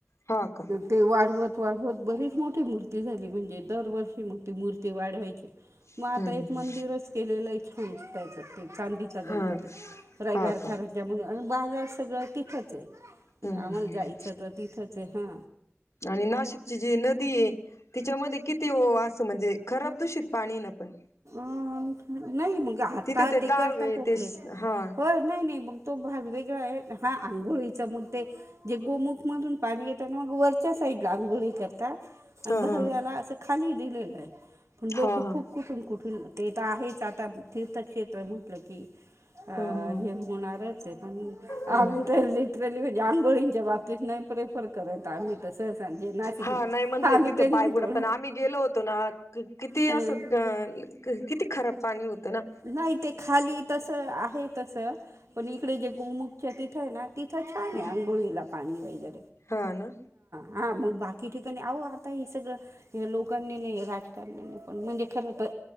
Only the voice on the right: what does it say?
ते वाढवत वाढवत बरीच मोठी मूर्ती झाली म्हणजे दरवर्षी मग ती मूर्ती वाढवायची
मग आता एक
मंदिरच केलेलं आहे छान त्याच चांदीचा गणपती
रवारथणच्या
म्हणून आणि बाजार सगळं तिथंच आहे
आमाला
जायच तर तिथचय हा
अ नाही मग आता
ते
करतात
क्लिन
हो नाही नाही मग तो भाग वेगळा आहे हा आंघोळीचा मग ते जे गोमुख मधून पाणी येत त्या मग वरच्या साईडला आंघोळी करता आणि
दहाव्याला
असं खाली दिलेलं आहे पण
लोकं
खूप कुठून कुठून ते तर आहेच आता तीर्थक्षेत्र म्हंटलं की अ
हे होणारच आहे पण
आम्ही तर लिटरली आंघोळीच्या बाबतीत नाहीे प्रेफर करत आम्ही तर सहसा जे नाशिक
मध्ये
आम्ही
तेच
म्हणतो
हं
नाही ते खाली तसं आहे तस पण इकडे जे गोमुख तिथं आहे ना तिथं छान
आहे आंघोळीला पाणी वय
हा मग बाकी ठिकाणी आहो आता हे सगळं या लोकांनी ना राजकारण पण म्हणजे खरं तर